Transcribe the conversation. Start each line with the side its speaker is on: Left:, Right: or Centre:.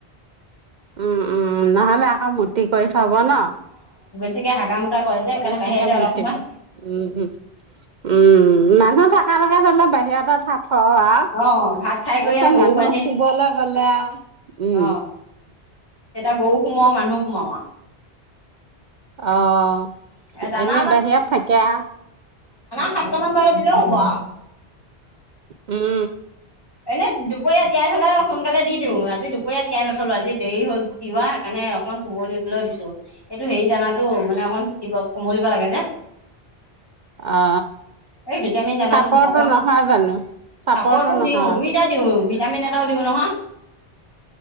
Right: উম উম নহলে আকৌ মূৰ্তি কৰি থব ন!
Left: চে হাগা মুতা কৰে যে সেইকাৰণে
Right: বেছিকে
Left: বাহিৰতে অলপ
Right: মুটিব
Left: সময়
Right: উম উম উম মানুহ থাক ভাল লগে ধৰিলে বাহিৰ এটা থ থওঁ আৰু
Left: অ ভাত খাই
Right: তাৰপিছত
Left: কৰি আৰু
Right: মানুহ
Left: গৰু বান্ধি,
Right: শুবলৈ গ'লে আৰু উম।
Left: অ এতিয়া গৰু সোমোৱা মানুহ সোমাৱা
Right: আহ
Left: দানা
Right: এনে বাহিয়ত থাকে আও।
Left: সাতটা মান বাৰত দিলেও হ'ব আও।
Right: উম উ
Left: এনে দুপৰীয়া তিয়াই থলে সোনকালে দি দিওঁ, আজি দুপৰীয়া তিয়াই নথলো আজি দেৰি হ'ল তিওৱা সেইকাৰণে অকণমান কোমল পেলও দিলো এইেইটো হেৰি দানাতো মানে অকণ চিটিব কোমলিব লাগে যে
Right: অ
Left: এই ভিটামিন দানাটো
Right: চাপৰটো
Left: অকমান
Right: নহয় জানো, চাপৰটো
Left: চাপৰতো
Right: নহয়
Left: দিও দুইটা ভিটামিন এটাও দিওঁ নহয়